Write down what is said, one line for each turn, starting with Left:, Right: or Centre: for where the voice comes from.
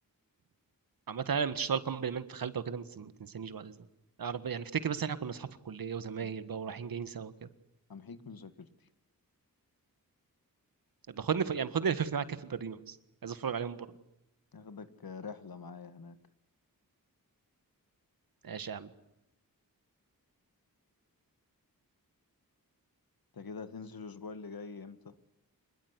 Right: عامة أنا لما تشتغل كومبلمنت في خالدة وكده ما تنس- ما تنسانيش بعد إذنك أعرف يعني أفتكر بس إحنا كنا أصحاب في الكلية وزمايل
Left: آه،
Right: بقى ورايحين جايين سوا كده
Left: همحيك من ذاكرتي
Right: باخدني ف... يعني باخدني لففني معاك كده في البريمة بس عايز أتفرج عليهم بره
Left: اخدك رحلة معايا هناك
Right: ماشي يا عم
Left: انت كده هتنزل الاسبوع اللي جاي امتى